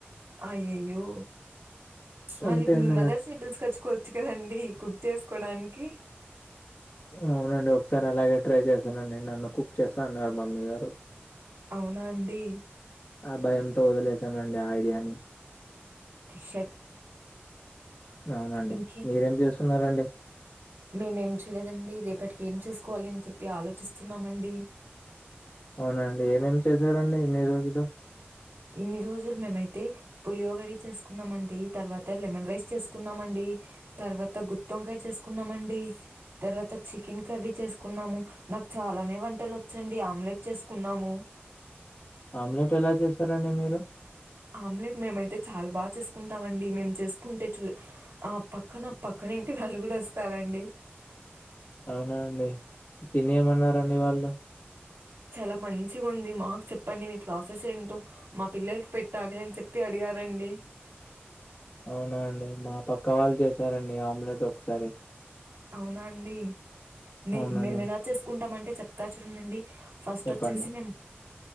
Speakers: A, on the right; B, on the left.
A: అయ్యయ్యో మళ్ళీ
B: అంతే
A: మీ
B: అండి
A: మదర్స్
B: నాకు
A: ని పిలిచుకచ్చు కోచ్చు కదండి కుక్ చేసుకోడానికి
B: అవునండి ఒకసారి అలాగే ట్రై చేశానండి నన్ను కుక్ చేస్తా అన్నారు మమ్మీ గారు
A: అవునాండి
B: ఆ భయంతో వదిలేసానండి ఆ ఐడియాని
A: షట్
B: అవునండి
A: ఇంకే
B: మీరేం చేస్తున్నరండి
A: మేమేం చేయలేదండి రేపటికి ఏం చేసుకోవాలి అని చెప్పి ఆలోచిస్తున్నామండి
B: అవునాండి ఏమేమి చేశారండి ఇన్ని రోజులు
A: ఇన్ని రోజులు మేమైతే పులియోగారి చేసుకున్నామండి తర్వాత లెమన్ రైస్ చేసుకున్నామండి తర్వాత గుత్తి వంకాయి చేసుకున్నామండి తర్వాత చికెన్ కర్రీ చేసుకున్నాము నాకు చాలానే వంటలు వచ్చండి ఆమ్లెట్ చేసుకున్నాము
B: ఆమ్లెట్ ఎలా చేసారండి మీరు
A: ఆమ్లెట్ మేమైతే చాలా బాగా చేసుకుంటాంమండి మేము చేసుకుంటే చూ ఆ పక్కన పక్కనింటి వాళ్ళు కూడా వస్తారండి
B: అవునాండి తిని ఏమన్నారండి వాళ్ళు
A: చాలా మంచిగ ఉంది మాకు చెప్పండి మీ ప్రాసెస్ ఏంటో మా పిల్లలకి పెట్టాలి అని చెప్పి అడిగారండి
B: అవునాండి మా పక్క వాళ్ళు చేసారండి ఆమ్లెట్ ఒకసారి
A: అవునా అండి నే
B: అవునండి.
A: మేమ్ ఎలా చేసుకుంటామంటే చెప్తా చూనండి ఫస్ట్
B: చెప్పండి.
A: వచ్చేసి మేం